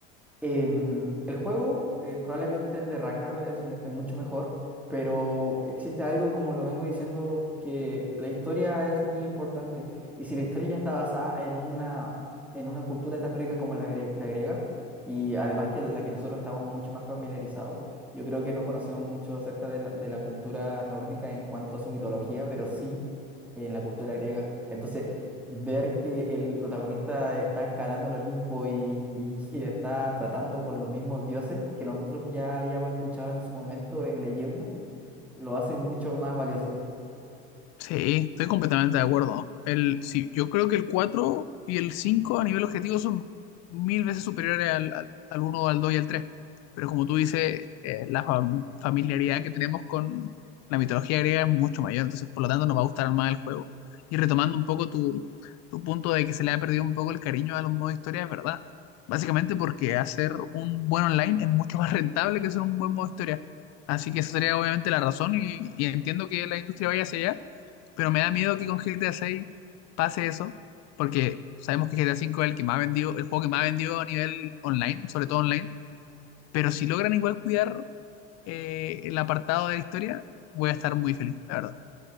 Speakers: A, in the centre; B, on the left.
A: Em, el juego, eh, probablemente el de Ragnarok, es, m- es mucho mejor, pero existe algo, como lo vengo diciendo, que la historia es muy importante. Y si la historia ya está basada en una, en una cultura tan rica como la, gre- la griega, y además que la que nosotros estamos mucho más familiarizados, yo creo que no conocemos mucho acerca de la, de la cultura nórdica en cuanto a su mitología, pero sí en la cultura griega. Entonces, ver que el protagonista está escalando el Olimpo y, y <laughs> está tratando con los mismos dioses que nosotros ya habíamos escuchado en su momento en leyendas, lo hace mucho más valioso.
B: Sí, estoy completamente de acuerdo. El, sí, yo creo que el 4 y el 5 a nivel objetivo son mil veces superiores al, al, al 1, al 2 y al 3. Pero como tú dices, eh, la fam- familiaridad que tenemos con la mitología griega es mucho mayor, entonces por lo tanto nos va a gustar más el juego. Y retomando un poco tu, tu punto de que se le ha perdido un poco el cariño a los modos historia, es verdad. Básicamente porque hacer un buen online es mucho más rentable que hacer un buen modo historia. Así que esa sería obviamente la razón y, y entiendo que la industria vaya hacia allá pero me da miedo que con GTA 6 pase eso, porque sabemos que GTA 5 es el que más vendió, el juego que más vendió a nivel online, sobre todo online. Pero si logran igual cuidar eh, el apartado de la historia, voy a estar muy feliz, la verdad.